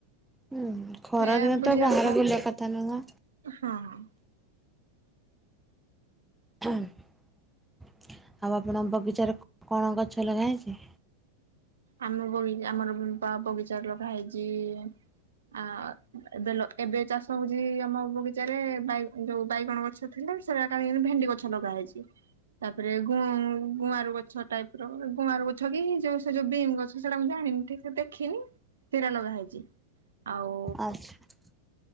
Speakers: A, in the centre; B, on the right.
A: ହୁଁ ଖରା
B: ଏ
A: ଦିନ
B: ବୁଝିିବାକଥା
A: ତ ବାହାରେ ବୁଲିବା କଥା ନୁହଁ।
B: ହଁ।
A: ଅଁ ହଁ। ଆଉ ଆପଣଙ୍କ ବଗିଚାରେ କଣ ଗଛ ଲଗା ହେଇଚି।
B: ଆମ ବଗିଚା ଆମରପା ବଗିଚାରେ ଲଗା ହେଇଚି ଇ ଇ ଆ ଏବେ ଏବେ ଚାଷ ହଉଚି ଆମ ବଗିଚାରେ ବା ଯୋଉ ବାଇଗଣ ଗଛ ଥିଲା ସେରା କାଢିକିନି ଭେଣ୍ଡି ଗଛ ଲଗା ହେଇଚି। ତାପରେ ଗୁଁ ଗୁଆଁରୁ ଗଛ ଟାଇପ ର ଗୁଆଁରୁ ଗଛ କି ଯୋଉ ସେ ଯୋଉ ବିମ୍ ଗଛ ଛଡା ମୁଁ ଜାଣିନି ଠିକ ସେ ଦେଖିନି ତେରା ଲଗା ହେଇଛି ଆଉ
A: ଆଚ୍ଛା।